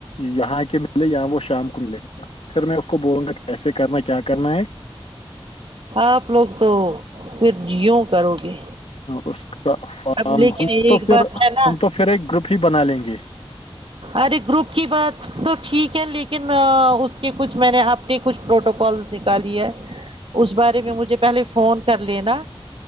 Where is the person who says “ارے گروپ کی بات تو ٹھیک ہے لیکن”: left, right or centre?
Right